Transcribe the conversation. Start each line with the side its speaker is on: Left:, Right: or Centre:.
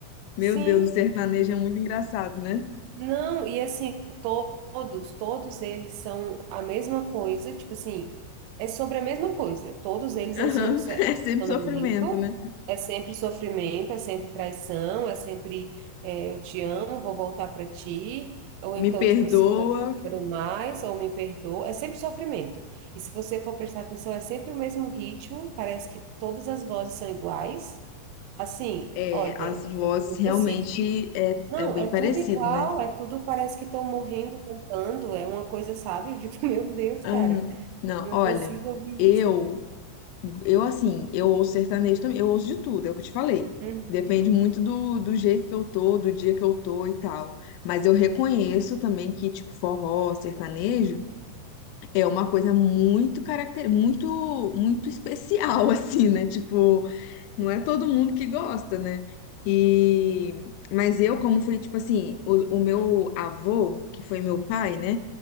Left: Meu
Right: Sim.
Left: Deus, o sertanejo é muito engraçado, né?
Right: Não, e assim, to- todos, todos eles são a mesma coisa, tipo assim, é sobre a mesma coisa. Todos eles
Left: Aham,
Right: é sobre se-
Left: <laughs>
Right: é
Left: É sempre
Right: relacionamento,
Left: sofrimento, né?
Right: é sempre sofrimento, é sempre traição, é sempre é, eu te amo, vou voltar pra ti, ou então,
Left: Me perdoa,
Right: tipo assim, não te quero mais, ou me perdoa, é sempre sofrimento. E se você for prestar atenção, é sempre o mesmo ritmo, parece que todas as vozes são iguais. Assim,
Left: é,
Right: olha,
Left: as vozes
Right: não consigo.
Left: realmente é,
Right: Não,
Left: é bem
Right: é
Left: parecido,
Right: tudo igual,
Left: né?
Right: é tudo parece que estão morrendo cantando, é uma coisa, sabe? Eu digo, <laughs> meu Deus,
Left: Aham.
Right: cara,
Left: Não,
Right: eu
Left: olha,
Right: não consigo ouvir
Left: eu.
Right: isso.
Left: Eu, assim, eu ouço sertanejo também, eu ouço de tudo, é o que eu te falei.
Right: Uhum,
Left: Depende muito do, do jeito que eu tô, do dia que eu tô e tal. Mas eu reconheço também que, tipo, forró, sertanejo. É uma coisa muito caracter, muito muito especial <laughs> assim, né? Tipo, não é todo mundo que gosta, né? E mas eu como fui tipo assim, o, o meu avô, que foi meu pai, né?